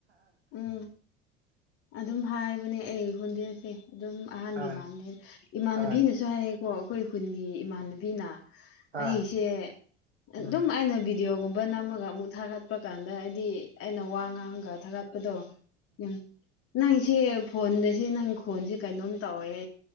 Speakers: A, on the left; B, on the right.
A: ꯎꯝ ꯑꯗꯨꯝ ꯍꯥꯏꯕꯅꯦ ꯑꯩ ꯍꯣꯟꯕꯤꯔꯁꯦ ꯑꯗꯨꯝ ꯑꯍꯥꯟꯕꯒꯤ
B: ꯍꯣꯏ
A: ꯃꯗ ꯏꯃꯥꯟꯅꯕꯤꯅꯁꯨ
B: ꯍꯣꯏ
A: ꯍꯥꯏꯌꯦ ꯍꯣ ꯑꯩꯈꯣꯏ ꯈꯨꯟꯒꯤ ꯏꯃꯥꯟꯅꯕꯤꯅ
B: ꯍꯣꯏ
A: ꯑꯩꯁꯦ ꯑꯗꯨꯝ
B: ꯎꯝ
A: ꯑꯩꯅꯕꯤ ꯚꯗꯤꯑꯣꯒꯨꯝꯕ ꯅꯝꯃꯒ ꯑꯃꯨꯛ ꯊꯥꯒꯠꯄ ꯀꯥꯟꯗ ꯑꯩꯗꯤ ꯑꯩꯅ ꯋꯥ ꯉꯥꯡꯒ ꯊꯥꯒꯠꯄꯗꯣ ꯎꯝ ꯅꯪꯁꯦ ꯐꯣꯟꯗ ꯁꯤꯦ ꯅꯪ ꯈꯣꯟꯁꯦ ꯀꯩꯅꯣꯝ ꯇꯧꯋꯦ